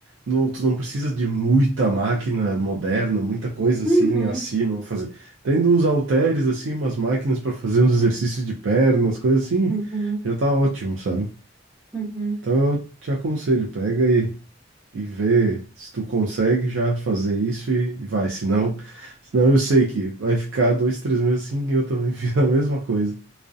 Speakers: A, on the right; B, in the centre.
A: não, tu não precisa de muita máquina moderna, muita coisa assim
B: Uhum,
A: acima pra fazer. Tendo uns halteres, assim, umas máquinas para fazer uns exercícios de pernas, coisas assim,
B: uhum,
A: já tá ótimo, sabe?
B: uhum.
A: Então eu te aconselho, pega aí e ver se tu consegue já fazer isso e, e vai. Senão, senão eu sei que vai ficar dois, três meses assim e eu também <laughs> fiz a mesma coisa.